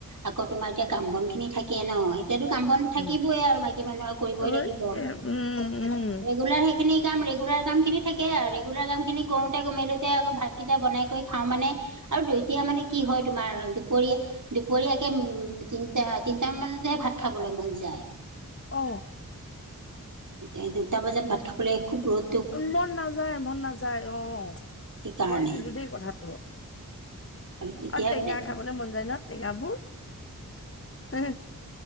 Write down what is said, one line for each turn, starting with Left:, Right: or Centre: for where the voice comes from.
Right: আকৌ তোমাৰ এতিয়া কাম বন খিনি থাকে ন। এতিয়াতো কাম বন থাকিবই
Left: উম
Right: আৰু মাইকী মানুহৰ কৰিবই
Left: অ
Right: লাগিব
Left: উম উম
Right: ৰেগুলাৰ সেই খিনি কাম ৰেগুলাৰ কামখিনি থাকে আৰু ৰেগুলাৰ কামখিনি কৰোতে কৰোতে মেলোতে আকৌ ভাতকেইটা বনাই কৰি খাও মানে আৰু দুইতিয়া মানে কি হয় তোমাৰ দুপৰীয়া দুপৰীয়াকে উ তিনিটা তিনিটা মানতহে ভাত খাবলৈ মন যায়।
Left: অ
Right: এই দুটা বজাত ভাত খাবলে খুব ৰ'দ
Left: উ মন নাযায় মন নাযায় অ
Right: সেইকাৰণে
Left: হয় কিন্তু দেই কথাটো।
Right: তেতিয়া
Left: আৰু টেঙা
Right: মানে
Left: খাবলে মন যায় ন টেঙাবোৰ হে